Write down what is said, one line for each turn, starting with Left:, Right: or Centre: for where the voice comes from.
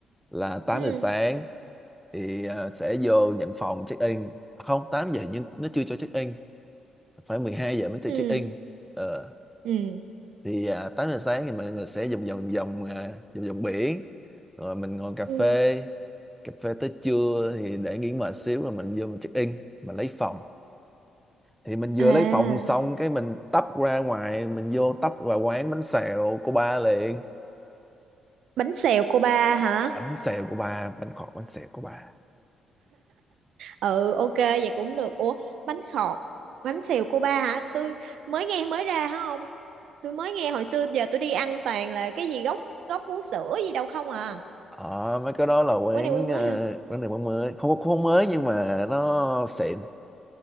Centre: là tám
Right: ừ
Centre: giờ sáng thì à, sẽ vô nhận phòng check in à, không 8 giờ nhưng nó chưa cho check in phải 12 giờ mới cho
Right: ừ
Centre: check in ờ,
Right: ừ,
Centre: thì à, 8 giờ sáng thì mọi người sẽ vòng vòng vòng à, vòng vòng biển rồi mình ngồi cà phê
Right: ừ.
Centre: cà phê tới trưa thì để nghỉ mệt xíu rồi mình vô mình check in mình lấy phòng thì mình vừa
Right: à
Centre: lấy phòng xong cái mình tấp ra ngoài mình vô tấp vào quán bánh xèo của ba liền
Right: bánh xèo cô ba hả
Centre: bánh xèo của ba bánh khọt bánh xèo của ba
Right: ừ ok vậy cũng được ủa bánh khọt bánh xèo cô ba hả tôi mới nghe mới ra hả không tôi mới nghe hồi xưa giờ tôi đi ăn toàn là cái gì gốc gốc vú sữa gì đâu không à
Centre: ờ mấy cái đó là quán
Right: quán này quán mới
Centre: ờ,
Right: hả
Centre: quán này quán mới không không mới nhưng mà nó xịn